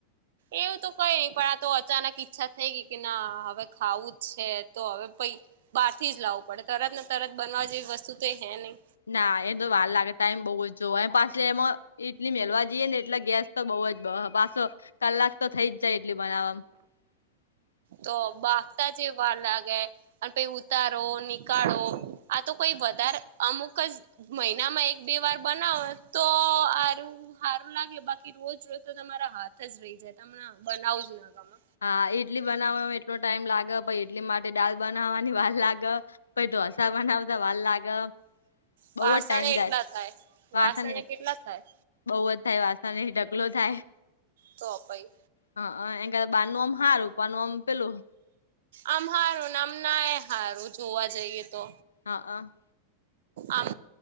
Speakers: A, on the right; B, on the left.
A: એવું તો કઈ નહી પણ આ તો અચાનક ઈચ્છા થઈ ગઈ કે ના હવે ખાવું જ છે તો હવે પઈ બહારથી જ લાવું પડે તરત ને તરત બનાવા જેવી વસ્તુ તો હે નહી.
B: ના એ તો વાર લાગે ટાઈમ બહું જ જોવ પાછું એમાં ઈટલી મેલવા જઈએ ને એટલે ગેસ તો બઉુ જ પાછો કલાક તો થઈ જ જાય એટલી બનાવવા. <unintelligible> <inaudible>
A: તો બાફતા જ એ વાર લાગે. અન પે ઉતારો નીકાળો આ તો કોઈ વધારે અમુંક જ મહિનામાં એક બે વાર બનાવો તો આરું હારું લાગે બાકી રોજ રોજ તો તમારા હાથ જ રહી જાય તમ બનાવ જ ના ગમે.
B: હા ઇડલી બનાવવામાં એટલો ટાઈમ લાગ પાઈ ઈડલી માટે દાલ બનાવાની વાર લાગે. પહિ ડોસા બનાવતા વાર લાગે. બહુ
A: પાસણે
B: જ ટાઈમ જાય
A: એટલા થાય
B: વાસણ
A: વાસણે
B: એ
A: કેટલા થાય.
B: બહુ જ થાય વાસણને ઢકલો થાય.
A: તો અપાઈ.
B: હ અહ એમ બાર નું આમ હારૂ ઉપારનું આમ પેલું
A: આમ હારુંને આમ ના એ હારું જોવા જઈએ તો.
B: હા હ.
A: આમ.